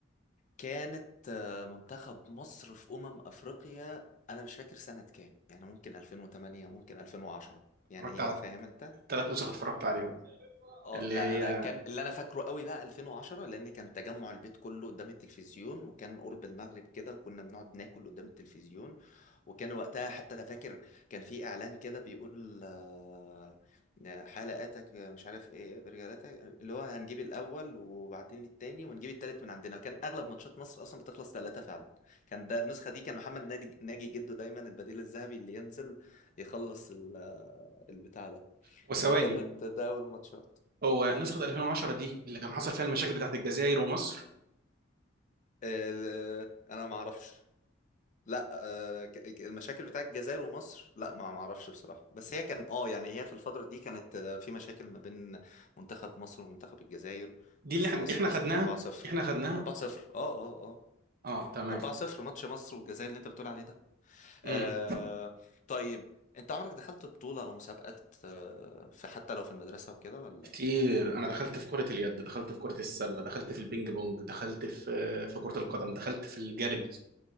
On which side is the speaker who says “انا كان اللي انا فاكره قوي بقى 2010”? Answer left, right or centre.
Left